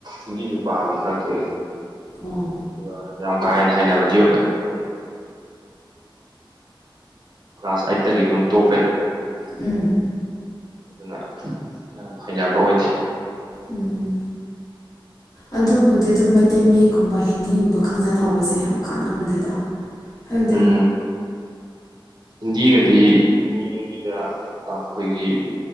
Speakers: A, on the right; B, on the left.
A: ꯍꯤꯟꯗꯤꯁꯨ ꯄꯥꯕꯗꯤ ꯈꯔ ꯊꯣꯛꯏꯏ
B: ꯎꯝ
A: ꯑ ꯌꯥꯝ ꯀꯥ ꯍꯦꯟꯅ ꯍꯕꯗꯤ ꯑꯣꯏ ꯀ꯭ꯂꯥꯁ ꯑꯩꯠꯇꯒꯤ ꯑꯗꯨꯝ ꯇꯣꯛꯈ꯭ꯔꯦꯗꯅ
B: ꯎꯝ
A: ꯑꯗꯨꯅ ꯌꯥꯝ ꯍꯩꯅꯕ ꯑꯣꯏꯗꯦ
B: ꯎꯝ
A: <inaudible>
B: ꯑꯗꯨꯕꯨꯗꯤ ꯑꯗꯨꯝ ꯃꯩꯇꯩ ꯃꯌꯦꯛꯀꯨꯝꯕ ꯍꯤꯟꯗꯤꯒꯨꯝꯕ ꯈꯪꯖꯟꯍꯧꯕꯁꯦ ꯌꯥꯝ ꯀꯥꯟꯅꯕꯅꯦꯗ ꯍꯥꯏꯕꯗꯤ
A: ꯎꯝ ꯍꯤꯟꯗꯤꯒꯗꯤ ꯃꯤ ꯍꯤꯟꯗꯤꯗ ꯑꯩꯈꯣꯏꯒꯤ